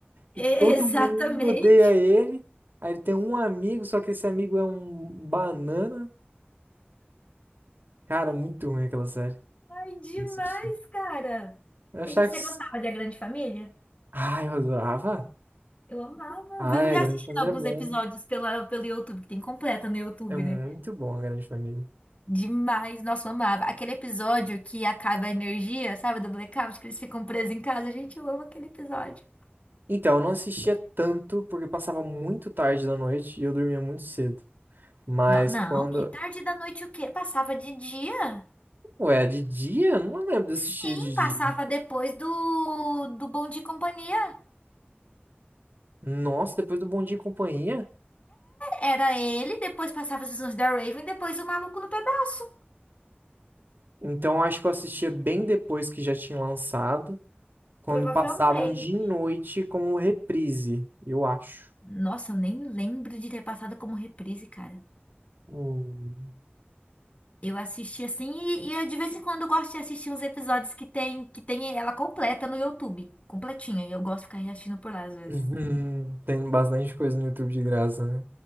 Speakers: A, on the right (about 60°); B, on the left (about 35°).
A: e
B: E-
A: todo
B: <laughs> Exatamente.
A: mundo odeia ele. Aí ele tem um amigo, só que esse amigo é um banana. Cara, muito ruim aquela série.
B: Ai, demais,
A: Eu assisti.
B: cara.
A: Eu
B: E
A: achava
B: Você
A: que...
B: gostava de A Grande Família?
A: Ah, eu adorava.
B: Eu amava. Eu
A: Ah,
B: vivo
A: é,
B: reassistindo
A: Grande Família
B: alguns
A: é bom.
B: episódios pela, pelo YouTube, que tem completa no YouTube,
A: É muito
B: né?
A: bom a Grande Família.
B: Demais. Nossa, eu amava. Aquele episódio que acaba a energia, sabe, do blackout, que eles ficam presos em casa. Gente, eu amo aquele episódio.
A: Então, eu não assistia tanto porque passava muito tarde da noite e eu dormia muito cedo. Mas
B: Não, não,
A: quando...
B: que tarde da noite o quê? Passava de dia?
A: Ué, é de dia? Eu Não lembro de assistir
B: Sim,
A: de
B: passava
A: dia.
B: depois do, do Bom Dia e Companhia.
A: Nossa, depois do Bom Dia e Companhia?
B: Era ele, depois passava as visões da Raven, depois o maluco no pedaço.
A: Então, eu acho que eu assistia bem depois que já tinha lançado, quando
B: Provavelmente.
A: passavam de noite como reprise, eu acho.
B: Nossa, eu nem lembro de ter passado como reprise, cara.
A: Hum.
B: Eu assisti assim e, e eu, de vez em quando eu gosto de assistir uns episódios que tem que tem ela completa no YouTube, completinha. E eu gosto de ficar reassistindo por lá às vezes.
A: Uhum. Tem bastante coisa no YouTube de graça, né?